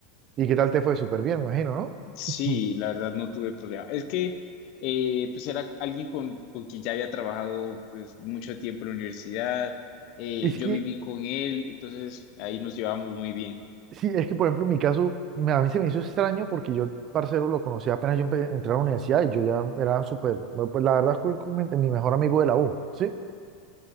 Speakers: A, on the right (about 40°); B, on the left (about 50°).
A: ¿Y qué tal te fue? Súper bien, me imagino, ¿no?
B: Sí,
A: Ujú.
B: la verdad no tuve problema. Es que eh, pues era alguien con, con quien ya había trabajado pues, mucho tiempo en la universidad. Eh,
A: Es
B: yo
A: que,
B: viví con él, entonces ahí nos llevábamos muy bien.
A: sí, es que por ejemplo, en mi caso, me- a mí se me hizo extraño porque yo el parcero lo conocí apenas yo empe- entré a la universidad y yo ya era súper, no, pues la verdad es que mi mi mejor amigo de la U, ¿sí?